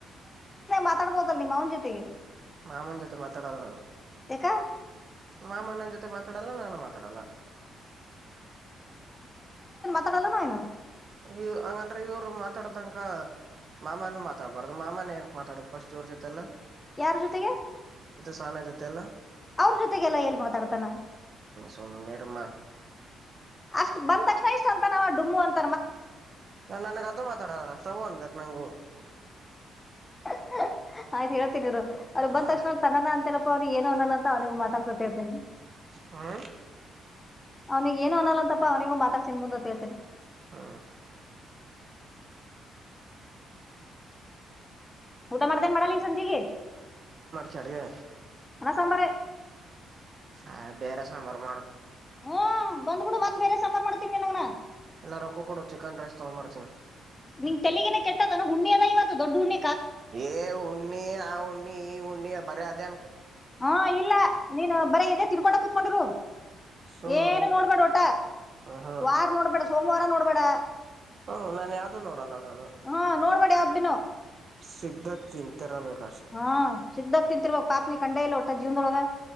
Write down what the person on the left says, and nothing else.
ಮಾತಾಡ್ಬೋದ ಅ ನಿಮ್ಮ ಅವನ ಜೊತೆಗೆ
<inaudible>
ಲನಾ
ಯಾರ ಜೊತೆಗೆ
ಅವ್ರ ಜೊತೆಗೆಲ್ಲ ಎಲ್ಲಿ ಮಾತಾಡ್ತಾನ
ಅಷ್ಟ್ ಬಂದ ತಕ್ಷಣ ಇಷ್ಟ ಅಂತ ನಾವ ಡುಮ್ಮು ಅಂತ
<inaudible> ಆಯ್ತ್ು ಹೇಳೇತೀನ ನೀವರು ಅವ್ರಿಗೆಬ್
ಬಂದ ತಕ್ಷಣ ತನ್ನನ ಅಂತಲ್ಲಪ್ಪಾ ಅವ್ನಿಗೆ ಏನು ಅನ್ನಲ್ಲ ಅಂತ ಅವನಿಗ ಮಾತಾಡ್ತೊತರ್ತನಿ <inaudible>
ಅವನಿಿಗೆ ಏನು ಅನಲ್ಲ ಅಂತಪ್ಪ ಅವನಿಗೂ ಮಾತಾಡ್ ತಿನ್ ಮುಂದೊತ್ತೇಳ್ತೇಿ
ಊಟ ಮಾಡ್ದೇನ್ ಮಾಡಲ್ಲ ಈ ಸಂಜೆಗೆ
ಅಣ ಸಾಂಬಾರ
ಹ್ಮ್ ಬಂದ್ಬಿಡು ಮತ್ತೆ ಬೇರೆ ಸಂಾರ ಮಾಡ್ತೀನಿ ನಂಗನ
ನಿಂಗ್ ತೆಗೇ ಕೆಟ್ಟದ ಹು್ಣಿದ ಇವತ್ತು ದೊಡ್ ಹುಣ್ಣ
ಹಾ ಇಲ್ಲ ನೀನ್ ಬರೇ ಇದೆ ತಿರ್ಕೊಂಡ ಕುೂತ್ಕೊಂಡರು
ಏನು ನೋಡ್ಬೇಡ ಟ
ವಾರ್ ನೋಡ್ಬೇಡ ಸೋಮವಾರ ನೋಡ್ಬೇಡ
ಹಾ ನೋಡ್ಬೇಡ ಯಾವ್ದ್ ಬಿನು
ಹಾ ಸಿಗ್ದಾಗ ತಿಂತಿರುವವಾಗ ಪಾಪನಿ ಕಂಡ ಇಲ್ಲ ಒಟ್ಟ ಜೀವನ್ದೊಳಗ